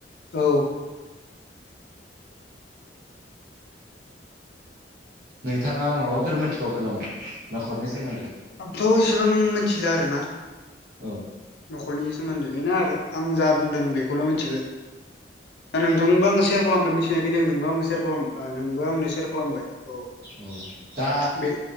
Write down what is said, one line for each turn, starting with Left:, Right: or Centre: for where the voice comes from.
Left: औ
Right: नोंथाङा माबाफोर मोनथिबावगोन नामा नखरनि सोमोन्दै।
Left: आंथ एसेबां मिथिला आरो ना।
Right: औ
Left: नखरनि सोमोन्दै बेनो आरो आं जा बुंदों बेखौल मिथिगो। दा नोंथांबो आं सेयार खालामबाय मिथिनायखनि आं नोंबो आंबो सेयार खालाम नोंबो आंनो सेयार खालामबाय। औ
Right: औ दा
Left: बे